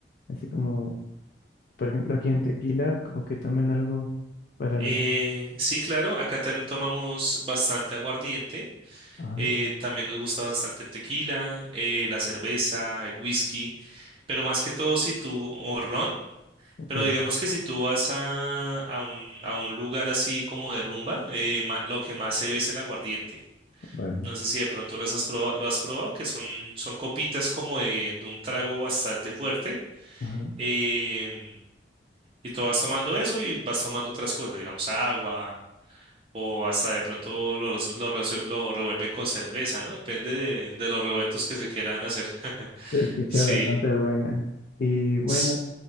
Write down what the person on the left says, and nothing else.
así como, por ejemplo, aquí en tequila, o, o que tomen algo para
las...
Ajá,
ok,
vale.
Ajá.
Se escucha
bastante buena. Y bueno,